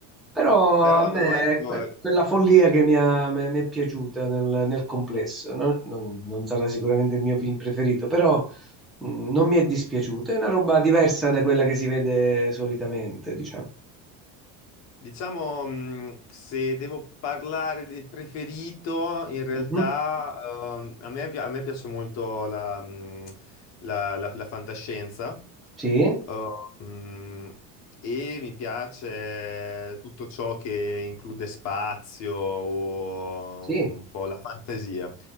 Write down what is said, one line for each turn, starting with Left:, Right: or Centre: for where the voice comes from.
Centre: Però
Left: Però
Centre: a me
Left: no, ecco,
Centre: è que- quella follia che mi, ha- mi- mi è piaciuta nel, nel complesso. Non, non- non sarà sicuramente il mio film preferito, però mh, non mi è dispiaciuto. È una roba diversa da quella che si vede solitamente, diciamo.
Left: Diciamo, mh, se devo parlare del preferito, in realtà
Centre: Mhm.
Left: ehm, a me, pi- a me piace molto la, mh, la- la- la fantascienza
Centre: Sì,
Left: eh, mh, e mi piace tutto ciò che include spazio o
Centre: sì,
Left: un po' la fantasia.